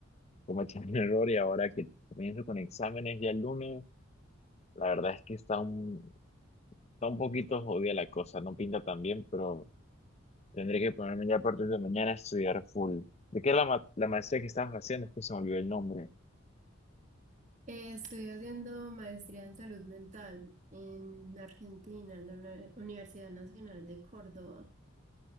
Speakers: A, on the left; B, on the right.
A: cometí un <laughs> error y ahora que comienzo con exámenes ya el lunes, la verdad es que está un, está un poquito jodida la cosa, no pinta tan bien, pero tendré que ponerme ya a partir de mañana a estudiar full. ¿De qué es la, ma- la maestría que estabas haciendo? Es que se me olvidó el nombre.
B: Eh, estoy haciendo maestría en salud mental en Argentina, en la Uni- Universidad Nacional de Córdoba.